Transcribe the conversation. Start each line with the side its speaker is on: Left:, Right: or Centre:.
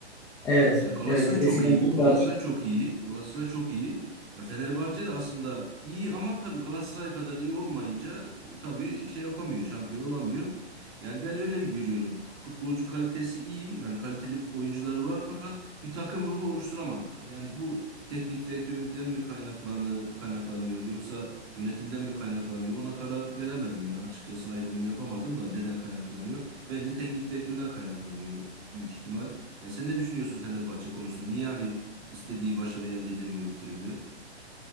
Centre: Evet,
Right: Ya Galatasaray
Centre: evet.
Right: çok
Centre: Eskiden
Right: iyi. Galatasaray
Centre: çok daha düşük.
Right: çok iyi. Galatasaray çok iyi. Ya Fenerbahçe de aslında iyi ama tabii Galatasaray kadar iyi olmayınca e, tabii şey yapamıyor, şampiyon olamıyor. Yani ben öyle görüyorum. K- Futbolcu kalitesi iyi. Yani kaliteli oyuncuları var fakat bir takım ruhu oluşturamadılar. Yani bu teknik direktörden mi kaynaklanı, kaynaklanıyor yoksa yönetimden mi kaynaklanıyor? Ona karar veremedim yani açıkçası ayrımını yapamadım da neden kaynaklanıyor? Bence teknik direktörden kaynaklanıyor büyük ihtimal. Yani sen ne düşünüyorsun Fenerbahçe konusunda? Niye hani istediği başarı elde edemiyor bir türlü?